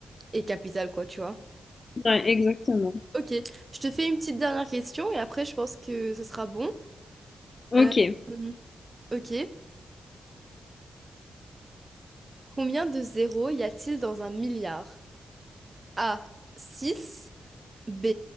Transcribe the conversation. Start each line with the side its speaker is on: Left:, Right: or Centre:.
Right: et capitale, quoi, tu vois.
Left: Ouais, exactement.
Right: Ok, je te fais une petite dernière question et après, je pense que ce sera bon.
Left: Ok,
Right: Euh, mhm. ok, combien de zéros y a-t-il dans un milliard? A, 6, B,